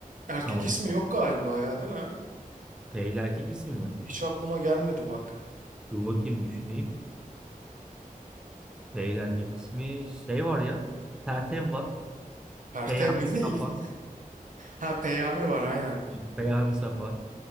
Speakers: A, on the right; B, in the centre.
A: Erkek
B: Tamam.
A: ismi yok galiba ya değil mi?
B: P ile erkek ismi mi?
A: Hiç aklıma gelmedi bak.
B: Dur bakayım düşüneyim. P ile erkek ismi şey var ya. Pertev var.
A: Pertev
B: Peyami
A: mi? <laughs>
B: Safa.
A: İyi- Ha Peyami var aynen.
B: <laughs> Peyami Safa.